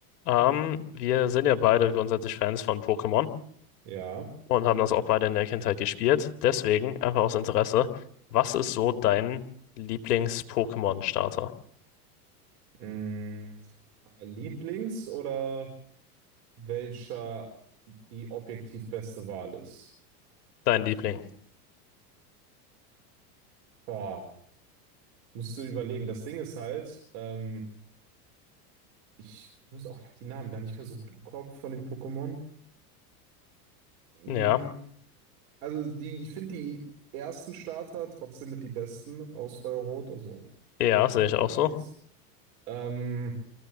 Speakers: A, on the left (about 75°); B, on the right (about 60°).
A: Ähm, wir sind ja beide grundsätzlich Fans von Pokémon
B: Ja.
A: und haben das auch beide in der Kindheit gespielt. Deswegen, einfach aus Interesse, was ist so dein Lieblings-Pokémon-Starter?
B: Mm, Lieblings oder welcher die objektiv beste Wahl ist?
A: Dein Liebling?
B: Boah, musst du überlegen. Das Ding ist halt, ähm, ich muss auch, ich habe die Namen gar nicht mehr so gut im Kopf von den Pokémon. Mm,
A: Ja,
B: also die, ich finde die ersten Starter trotzdem mit die besten aus Feuerrot, also
A: ja, sehe ich auch
B: Stanis.
A: so.
B: Ähm,